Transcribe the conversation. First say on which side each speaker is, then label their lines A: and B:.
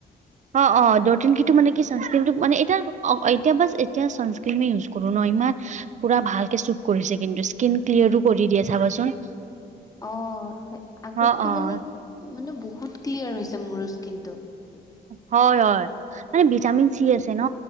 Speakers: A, on the right; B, on the left.
A: অ অ দটেন কিটো মানে কি ছানস্ক্ৰীমটো মানে এতিয়া এতিয়া বাছ এতিয়া ছানস্ক্ৰীমে ইউজ কৰো ন ইমান পুৰা ভালকে শ্বুট কৰিছে কিন্তু স্কিন ক্লিয়াৰো কৰি দিয়ে চাবাচোন
B: অ আগতকে
A: অ অ
B: মানে মানে বহুত ক্লিয়াৰ হৈছে মোৰো স্কিন টো
A: হয় হয় মানে ভিটামিন চি আছে ন